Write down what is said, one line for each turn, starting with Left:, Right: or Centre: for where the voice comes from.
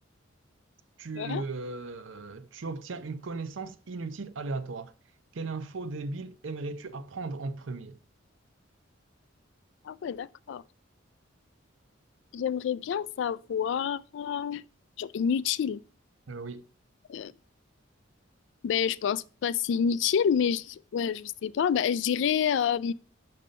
Right: tu,
Left: Ouais.
Right: euh, tu obtiens une connaissance inutile aléatoire. Quelle info débile aimerais-tu apprendre en premier?
Left: Ah ouais, d'accord. J'aimerais bien savoir... euh, Genre, inutile.
Right: Euh, oui.
Left: Euh, ben, je pense pas c'est inutile, mais je... ouais, je sais pas. Ben, je dirais... euh,